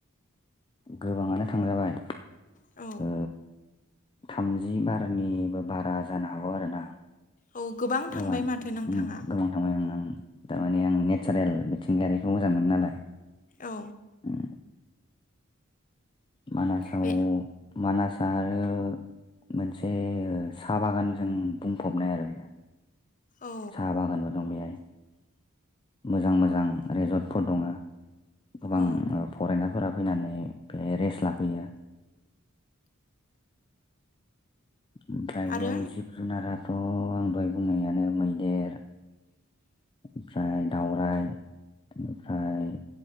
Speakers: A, on the left; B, on the left.
A: गोबाङानो थांजाबाय
B: औ
A: ओ थामजि बारनिबो बारा जानो हागौ आरोना
B: औ थांबाय
A: गोबां
B: माथो नोंथाङा
A: गोबां थांबाय आं थारमानि आं नेचारेल मिथिंगायारिखौ मोजां मोनो नालाय
B: औ
A: उम मानासाव
B: बे
A: मानासआ आरो मोनसे साहा बागानजों बुंफबनाय आरो बेयो
B: औ
A: साहा बागानबो दं बेहाय मोजां मोजां रेजर्टफोर दङ गोबां
B: औ
A: फरायनाफोराबो फैनानै बे रेस्ट लाफैयो ओमफ्राय
B: आरो
A: बेयाव जिब जुनाराथ' आं दहाय बुंनायानो मैदेर ओमफ्राय दाउरायाइ ओमफ्राय